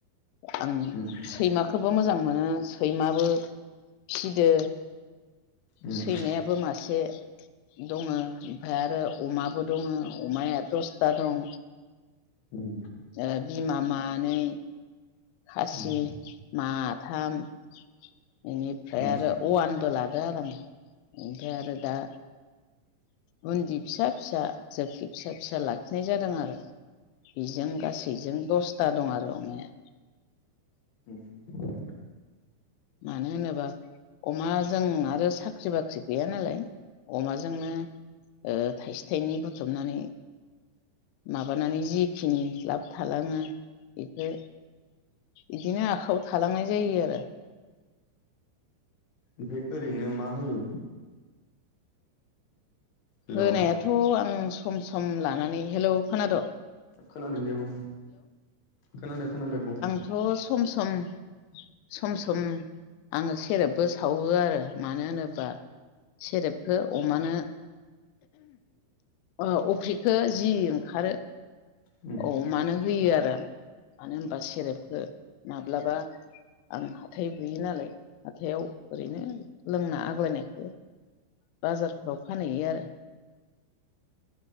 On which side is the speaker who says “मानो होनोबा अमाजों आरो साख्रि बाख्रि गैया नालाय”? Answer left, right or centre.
Left